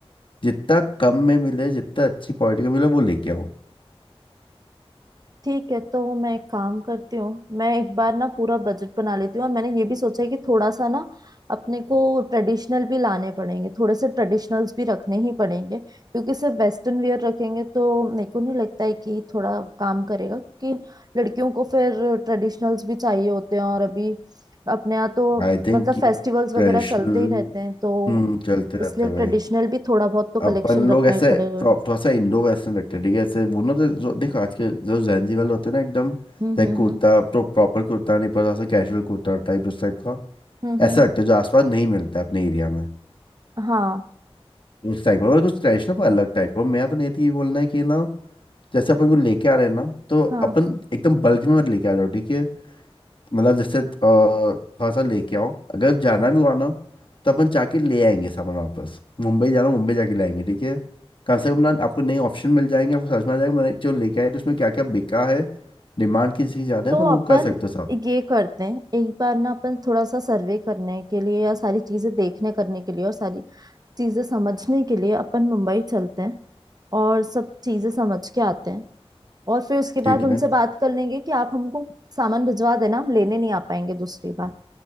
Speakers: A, on the left (about 55°); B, on the right (about 40°).
A: जितना कम में मिले जितना अच्छी क्वालिटी का मिले वो लेके आओ
B: ठीक है तो मैं एक काम करती हूँ मैं एक बार ना पूरा बजट बना लेती हूँ और मैंने ये भी सोचा है कि थोड़ा सा ना अपने को ट्रेडिशनल भी लाने पड़ेंगे थोड़े से ट्रेडिशनल्स भी रखने ही पड़ेंगे क्योंकि सिर्फ वेस्टर्न वियर रखेंगे तो मेरे को नहीं लगता है कि थोड़ा काम करेगा क्योंकि लड़कियों को फिर ट्रेडिशनल्स भी चाहिए होते हैं और अभी अपने यहाँ तो
A: आई थिंक
B: मतलब
A: कि
B: फेस्टिवल्स वगैरह
A: ट्रेडिशनल
B: चलते ही रहते हैं तो
A: हम्म चलते
B: इसलिए
A: रहते हैं
B: ट्रेडिशनल
A: भाई
B: भी थोड़ा बहुत तो
A: अपन
B: कलेक्शन रखना
A: लोग ऐसे
B: ही पड़ेगा
A: प्रॉप- थोड़ा सा इंडो वेस्टर्न रखते हैं ठीक है ऐसे वो ना जो जो- देखो आज के जो जैनजी वाले होते हैं ना एकदम
B: हम्म
A: लाइक
B: हम्म
A: कुर्ता
B: हम्म
A: तो प्रॉपर कुर्ता नहीं पड़ता ऐसा कैजुअल कुर्ता टाइप उस टाइप का
B: हम्म
A: ऐसा
B: हम्म
A: रखते हैं जो आसपास नहीं मिलता है अपने एरिया में
B: हाँ
A: उस टाइप का और कुछ ट्रेडिशनल पर अलग टाइप का मैं अपने ये बोलना है कि ना जैसे अपन को लेके आ रहे हैं ना तो
B: हाँ
A: अपन एकदम बल्क में मत लेके आ जाओ ठीक है मतलब जैसे अ, थोड़ा सा लेके आओ अगर जाना भी हुआ ना तो अपन जाके ले आएंगे सामान वापस मुंबई जाना मुंबई जाके लाएंगे ठीक है कम से कम ना आपको नए ऑप्शन मिल जाएंगे आपको समझ में आ जाएगा मैंने जो लेके आए तो उसमें क्या क्या बिका है डिमांड किस चीज़ ज़्यादा
B: तो
A: है अपन वो
B: अपन
A: कर सकते हो साहब
B: ये करते हैं एक बार ना अपन थोड़ा सा सर्वे करने के लिए या सारी चीजें देखने करने के लिए और सारी चीजें समझने के लिए अपन मुंबई चलते हैं और सब चीजें समझ के आते हैं और फिर उसके बाद
A: ठीक
B: उनसे
A: है
B: बात कर लेंगे कि आप हमको सामान भिजवा देना हम लेने नहीं आ पाएंगे दूसरी बार